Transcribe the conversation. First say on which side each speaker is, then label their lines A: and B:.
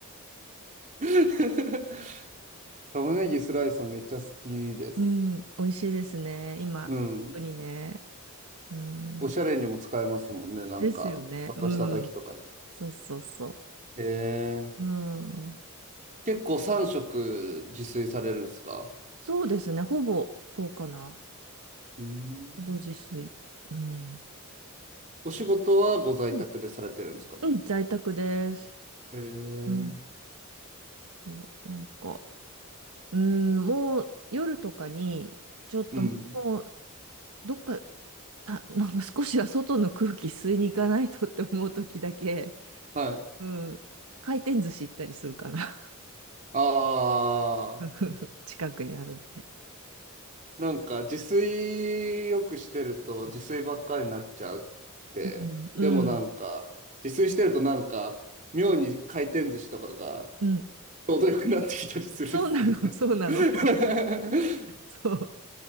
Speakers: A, on the right (about 35°); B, on the right (about 75°).
A: <laughs> 玉ねぎスライスもめっちゃ好きです。
B: うん、美味しいですね。今、
A: うん。
B: 特にね。うん。
A: おしゃれにも使えますもんね。なんか、
B: ですよね。
A: ちょっとした時とかに。
B: うん。そうそうそ
A: へえ。
B: う。うん。
A: 結構3食自炊されるんですか
B: そうですね。ほぼ、そうかな。
A: うーん。
B: ほぼ自炊。うん。
A: お仕事はご在宅でされてるんですかね。
B: うん。うん、在宅です。
A: へえ。
B: うん。そう、なんか、うん、もう夜とかに、ちょっともう、
A: うん。
B: どっか、た、なんか少しは外の空気吸いに行かないとって思う時だけ、
A: はい。
B: うん。回転寿司行ったりするかな。
A: あ
B: <laughs> 近くにあるんで。
A: なんか自炊よくしてると自炊ばっかりになっちゃうって。
B: うん、うん、
A: でもなんか自炊してるとなんか妙に回転寿司とかが
B: うん。
A: ちょうどよくなってきたりするっすよね。
B: そうなの、<laughs> そうなの。
A: <laughs>
B: そう。